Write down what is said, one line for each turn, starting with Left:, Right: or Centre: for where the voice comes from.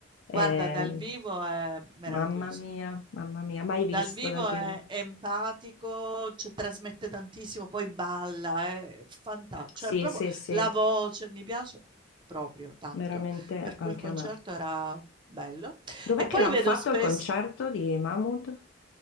Left: Ehm,
Right: Guarda, dal vivo è meraviglioso.
Left: mamma mia, mamma mia, mai
Right: Dal
Left: visto
Right: vivo
Left: dal vivo.
Right: è empatico, cioè, trasmette tantissimo, poi balla, è fantastico.
Left: Sì,
Right: Cioè, proprio
Left: sì, sì,
Right: la voce mi piace proprio tanto,
Left: veramente
Right: per
Left: anche
Right: cui il concerto
Left: a me.
Right: era bello.
Left: Dov'è
Right: E poi
Left: che l'hanno
Right: vedo
Left: fatto
Right: spesso
Left: il concerto di Mahmood?